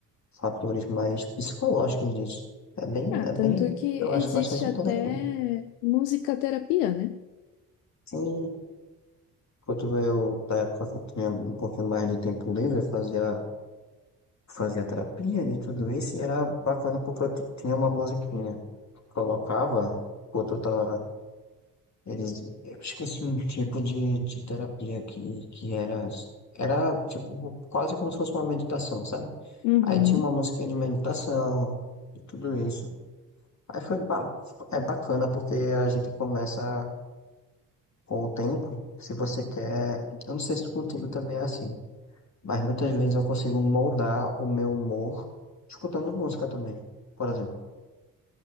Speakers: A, on the left (about 35°); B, on the left (about 70°).
A: fatores mais psicológicos disso. É bem,
B: Ah,
A: é bem,
B: tanto que
A: eu acho
B: existe
A: bastante
B: até
A: interessante.
B: musicaterapia, né?
A: Sim, Quando eu, da época que eu tinha um pouquinho mais de tempo livre, eu fazia, fazia terapia de tudo isso e era bacana porque eu t- tinha uma musiquinha. Colocava, quando eu tava, eles, eu esqueci um tipo de, de terapia que, que era, era tipo quase como se fosse uma meditação, sabe?
B: Uhum.
A: Aí tinha uma musiquinha de meditação e tudo isso. Aí foi, ba- é bacana porque a gente começa com o tempo, se você quer, eu não sei se contigo também é assim. Mas muitas vezes eu consigo moldar o meu humor escutando música também. Por exemplo,